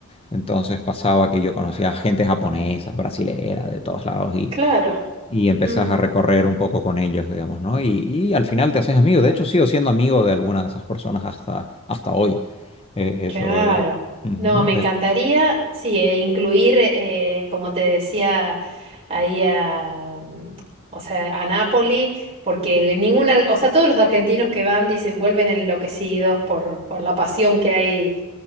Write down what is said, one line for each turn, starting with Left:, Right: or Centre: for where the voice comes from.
Left: Entonces pasaba que yo conocía gente japonesa, brasilera, de todos lados
Right: Claro.
Left: y empezás
Right: Mm.
Left: a recorrer un poco con ellos, digamos, ¿no? Y, y al final te haces amigo. De hecho, sigo siendo amigo de alguna de esas personas hasta, hasta hoy. Eh, eso,
Right: Claro.
Left: eh, ujú,
Right: No, me
Left: de-
Right: encantaría, sí, eh, incluir, eh, como te decía, ahí a, mm, o sea, a Nápoli, porque ninguna, o sea, todos los argentinos que van dicen, vuelven enloquecidos por, por la pasión que hay